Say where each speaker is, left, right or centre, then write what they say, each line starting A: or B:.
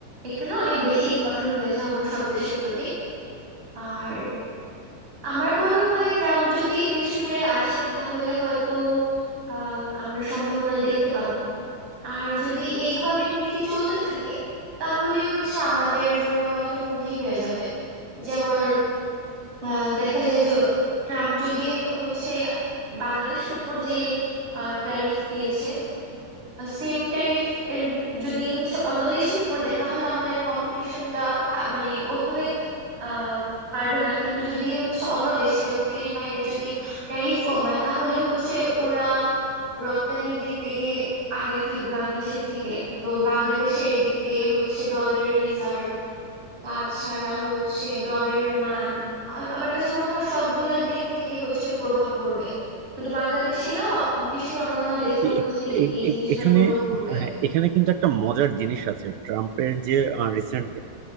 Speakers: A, on the right; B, on the right.
A: একটু না অনেক বেশি কঠোর হয়ে যায় অন্য সব দেশের প্রতি আর আমার মনে হয় ট্রাম্প যদি পিছু ফিরে আসে তাহলে হয়তো আহ আমরা সম্ভাবনা দেখতে পাবো আর যদি এই ধরনের নীতি চলতে থাকে তাহলে হচ্ছে আমাদের জন্য একটা হুমকি হয়ে যাবে যেমন আহ দেখা যায় যে ট্রাম্প যদি হচ্ছে বাংলাদেশের উপর যে ট্যারিফ দিয়েছে সেম ট্যারিফ এর যদি হচ্ছে অন্য দেশের উপর দেয় তাহলে আমাদের কম্পিটিশনটা মানে ওইভাবে আহ পারবে না কিন্তু যদি হচ্ছে অন্য দেশে যেমন ফিলিপাইনে যদি ট্যারিফ কমায় তাহলে হচ্ছে ওরা রপ্তানির দিক থেকে আগায় থাকবে বাংলাদেশের থেকে তো বাংলাদেশের এদিক দিয়ে হচ্ছে ডলারের রিজার্ভ তাছাড়া হচ্ছে ডলারের মান আর আমার কাছে মনে হয় সবগুলা দিক থেকে হচ্ছে প্রভাব পড়বে শুধু বাংলাদেশে না বিশ্বের অন্যান্য দেশেও
B: মানে
A: হচ্ছে
B: এ- এ-
A: এই জিনিসটার
B: এ- এখানে
A: প্রভাব পড়বে
B: হ্যাঁ, এখানে কিন্তু একটা মজার জিনিস আছে ট্রাম্পের যে রিসেন্ট